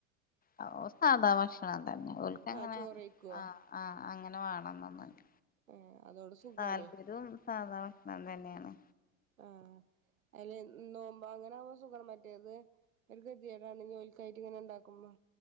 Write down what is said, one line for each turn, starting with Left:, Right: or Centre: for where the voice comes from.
Left: ഓ സാധാ ഭക്ഷണം തന്നെ. ഓല്ക്ക് അങ്ങനെ
Right: ആഹ് ചോറെയ്ക്കോ
Left: ആഹ് ആഹ് അങ്ങനെ വേണമ്ന്നൊന്നൂല
Right: ഏഹ് അതോണ്ട് സുഖാണേ
Left: താല്പര്യവും സാധാ ഭക്ഷണം തന്നെയാണ്
Right: ആഹ് അയില് നോമ് മ്പ അങ്ങനൊവുമ്പോ സുഖാണ് മറ്റേത് ഒര് കെത്യേടാണ് ഇഞ് ഓല്ക്കായിട്ട് ഇങ്ങനെ ഇണ്ടാക്കുമ്പോ